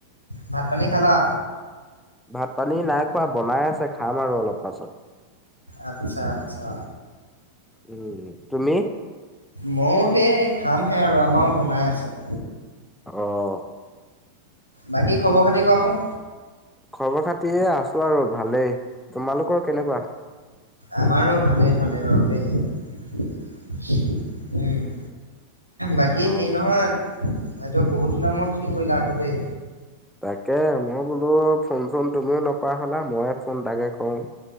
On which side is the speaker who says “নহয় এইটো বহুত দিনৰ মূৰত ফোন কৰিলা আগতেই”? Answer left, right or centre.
Left